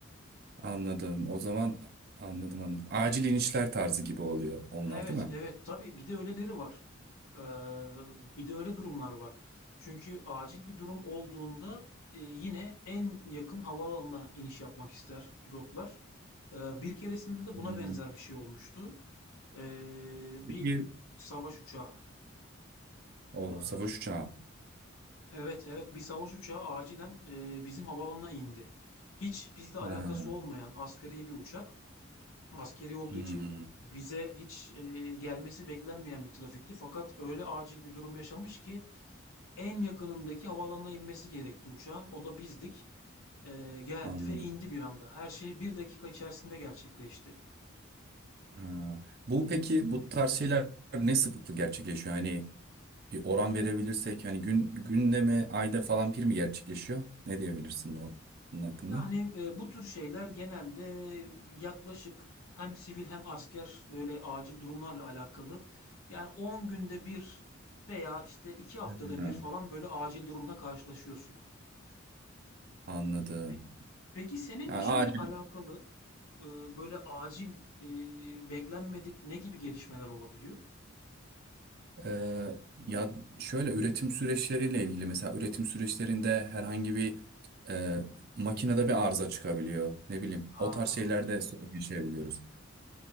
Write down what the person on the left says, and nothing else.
Evet,
evet. Tabii bir de öyleleri var. Ee, bir de öyle durumlar var. Çünkü acil bir durum olduğunda e, yine en yakın havaalanına iniş yapmak ister pilotlar. Ee, bir keresinde de
buna benzer bir şey olmuştu. Ee, bir
savaş uçağı.
Aa,
evet evet bir savaş uçağı acilen e, bizim havalanına indi. Hiç bizle alakası
olmayan askeri bir uçak. Askeri olduğu
için bize hiç e, gelmesi beklenmeyen bir trafikti. Fakat öyle acil bir durum yaşamış ki en yakınındaki havalanına inmesi gerekti uçağın. O da bizdik. Ee, geldi
ve indi bir anda. Her şey bir dakika içerisinde gerçekleşti.
Yani e, bu tür şeyler genelde yaklaşık hem sivil hem asker böyle acil durumlarla alakalı. Yani 10 günde bir veya işte iki haftada
bir falan böyle acil durumla karşılaşıyorsun.
Peki, peki senin
işinle alakalı e, böyle acil e, beklenmedik ne gibi gelişmeler olabiliyor?
Aa,